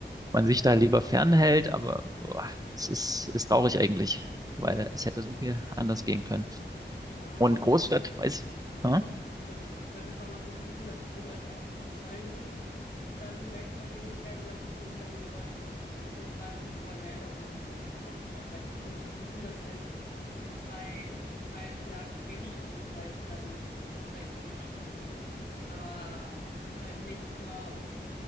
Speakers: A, on the right; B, on the left.
A: man sich da lieber fernhält, aber boah, es ist, ist traurig eigentlich, weil
B: Ja,
A: es hätte so viel anders gehen können.
B: aber hast
A: Und
B: du das Gefühl,
A: Großstadt, weiß
B: also,
A: ich. Hm?
B: sorry, ich wollte noch fragen, ob du das Gefühl hast, dass die Leute aus Überzeugung dann rechtsanhängig werden oder dass sie das Gefühl haben, sie wollen, die sind verzweifelt und wollen eine Änderung, wissen nicht, was sie machen wollen. Weil ich habe so dieses Gefühl, dass es halt diese zwei, zwei Schlagen von Menschen gibt, die halt dann das Rechte unterstützen, aber es halt nicht immer,